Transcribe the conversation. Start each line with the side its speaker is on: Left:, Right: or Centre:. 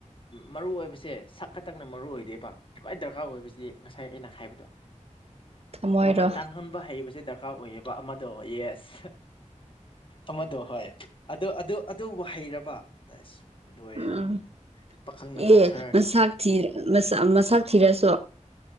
Left: ꯃꯔꯨ ꯑꯣꯏꯕꯁꯦ ꯁꯛꯀ ꯇꯪꯅ ꯃꯔꯨ ꯑꯣꯏꯗꯦꯕ ꯈ꯭ꯋꯥꯏ ꯗꯔꯀꯥꯔ ꯑꯣꯏꯕꯁꯤꯗꯤ ꯉꯁꯥꯏ ꯑꯩꯅ ꯍꯥꯏꯕꯗꯣ
Right: ꯊꯝꯃꯣꯏꯔꯣ
Left: ꯃꯃꯜ ꯇꯥꯡꯍꯟꯕ ꯍꯩꯕꯁꯦ ꯗꯔꯀꯥꯔ ꯑꯣꯏꯌꯦꯕ ꯑꯃꯗꯣ ꯌꯦꯁ ꯑꯃꯗꯣ ꯍꯣꯏ ꯑꯗꯨ ꯑꯗꯨ ꯑꯗꯨꯕꯨ ꯍꯩꯔꯕꯁ ꯂꯣꯏꯔꯦ
Right: ꯎꯝ
Left: ꯅꯪ ꯄꯥꯈꯪꯅ
Right: ꯑꯦ
Left: ꯉꯥꯎꯊꯔꯅꯤꯕ
Right: ꯃꯁ
Left: ꯎꯝ,
Right: ꯊ ꯃꯁꯥ ꯊꯤꯔꯁꯨ